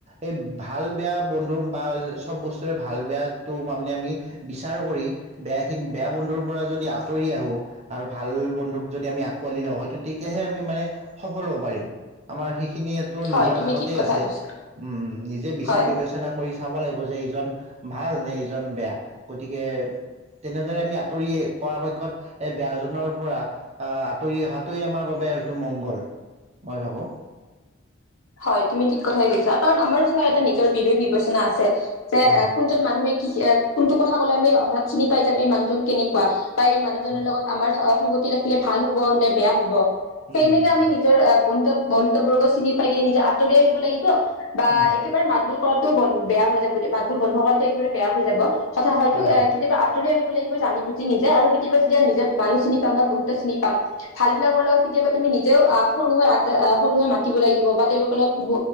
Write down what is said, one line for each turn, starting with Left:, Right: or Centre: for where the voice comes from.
Right: এই ভাল বেয়া বন্ধু বা। সব বস্তুৰে ভাল বেয়াটো মানে আমি বিচাৰ কৰি, বেয়াখিনি বেয়া বন্ধুৰ পৰা যদি আঁতৰি আহো আৰু ভাল বন্ধুক যদি আমি আঁকোৱালি লওঁ হয়টো তেতিয়াহে আমি মানে সফল হ'ব পাৰিম। আমাৰ সেইখিনিটো
Left: হয়
Right: নিজৰ
Left: তুমি
Right: হাততে
Left: ঠিক কথা
Right: আছে,
Left: কৈছা
Right: উম নিজে বিচাৰ
Left: হয়।
Right: বিবেচনা কৰি। চাব লাগিব। যে, ইজন ভাল নে ইজন বেয়া। গতিকে তেনেদৰে আমি আঁতৰিয়ে পৰাপক্ষত এই বেয়াজনৰ পৰা আহ আঁতৰি অহটোৱে আমাৰ বাবে হয়তো মংগল মই ভাবো।
Left: হয়, তুমি ঠিক কথাই কৈছা কাৰণ আমাৰ ওচৰত এটা নিজৰ বিবেক বিবেচনা আছে। যে
Right: অ
Left: কোনজন মানুহে। কোনটো কথা কলে আমি হঠাৎ চিনি পাই যাম এই মানুহজন কেনেকুৱা। পাই মানুহজনৰ
Right: হয়
Left: লগত আমাৰ। সংগতি ৰাখিলে ভাল হব নে বেয়া হব।
Right: উম
Left: সেইনেকে
Right: উম
Left: আমি নিজৰ গন্তব্য। বন্ধুত্ব বৰ্গ চিনি। পাই কিনে নিজে আতৰি আহিব লাগিব। বা
Right: উম
Left: একেবাৰে মাত। মাত বুল কৰাটো ব বেয়া হৈ যাব মাত বুল বন্ধ কৰাটো একেবাৰে বেয়া হৈ যাব। হথা হয়তো
Right: হয়
Left: এ
Right: হয়
Left: কেতিাবা আঁতৰি আহিব। জানি বুজি নিজে আৰু কেতিয়াবা যেতিয়া নিজে মানুহ চিনি পাম বা বহুত চিনি পাম ভাল বিলাকৰ লগত কেতিয়াবা তুমি নিজেও আহ, সৰু হৈ আগ সৰু হৈ মাতিব লাগিব। বা তেওঁলোকৰ লগ